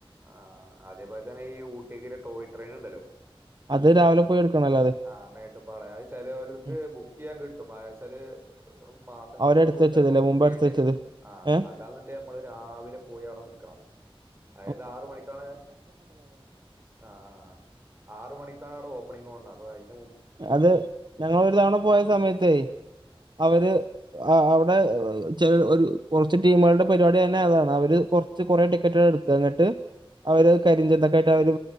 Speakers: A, on the right (about 25°); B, on the right (about 50°).
A: ആ അതേപോലെ തന്നെ ഈ ഊട്ടിക്ക് ടോയ് ട്രെയിൻ ഉണ്ടല്ലോ
B: അത് രാവിലെ പോയി എടുക്കണല്ലോ അത്
A: ആഹ മേട്ടുപ്പാളയം അത് ചിലവർക്ക്
B: ഉം.
A: ബുക്ക് ചെയ്യാൻ കിട്ടും പാഴസല് മാസങ്ങൾക്ക്
B: അവരെടുത്ത്
A: മുമ്പ്
B: വെച്ചതല്ലേ
A: അപ്പോ ബുക്കെയ്യാന്നേരം
B: മുമ്പ് എടുത്ത് വെച്ചത്
A: ആ
B: ഏഹ്
A: അല്ലാന്നുണ്ടെ നമ്മള് രാവിലെ പോയി അടെ നൽക്കണം
B: ഉ <unintelligible>
A: അതായത് ആറ് മണിക്കാളെ അ അ ആ ആറ് മണിക്കണട ഓപ്പണിങ്ങോണ്ടേ അപ്പോ അതിന്
B: അത് ഞങ്ങളോരു തവണ പോയ സമയത്തെ അവര് ആ അവി പ്പ ചെലര് ഒരു കുറച്ച് ടീമുകളുടെ പരിപാടി തന്നെ അതാണ് അവര് കുറച്ച് കുറേ ടിക്കറ്റുക എടുക്കുക എന്നിട്ട് അവര് കരിഞ്ചതൊക്കയിട്ട് അവരു